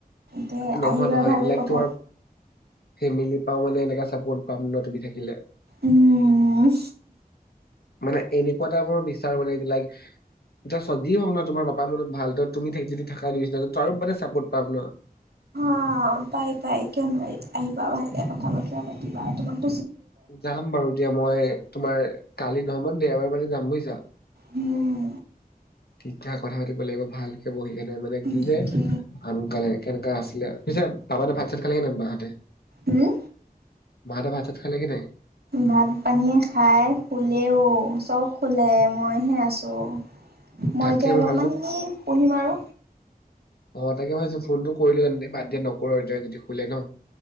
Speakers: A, on the right; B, on the left.
A: তে
B: নহয়
A: আহিবা
B: নহয়
A: ভালকে
B: লাইক
A: কথা
B: তোমাৰ ফেমিলিত পা মানে এনেকুৱা চাপৰ্ট পাম ন তুমি থাকিলে।
A: উম।
B: মানে এনেকুৱা এটা মই বিচাৰো মানে লাইক এতি যি হওক ন তোমাৰ পাপাৰ মনত ভাল ত তুমি যদি থাকাই বিচৰা ত মানে চাপোৰ্ট পাম ন
A: অ' পাই পাই কিয় নোৱাৰি আহিবা ভালকে কথা বতৰা পাতিবা তোমাক
B: যাম বাৰু দিয়া মই। তোমাৰ কালি নহয়ত দেওবাৰ বজাত যাম বুজিছা
A: উম।
B: তেতিয়া কথা পাতিব লাগিব ভালকে বহি। এনে মানে কি
A: তাকে
B: যে আনকালে কেনেকা আছিলে। পিছে বাবা ভাত চাত খালে নে বা হতে
A: উম
B: মাহতে ভাতাত খাল কি নাই?
A: ভাত পানীয়ে খাই শুলেও। চব শুলে। মইহে আছোঁ। মই
B: তাকে
A: এতিয়া অলপমান
B: ভাবিছো
A: এনে পঢ়িম আৰু।
B: অ', মই তাকে ভাবিছো ফোনটো কৰিলো, বাদ দিয়া নকৰো, এতিয়া যদি শুলে ন'।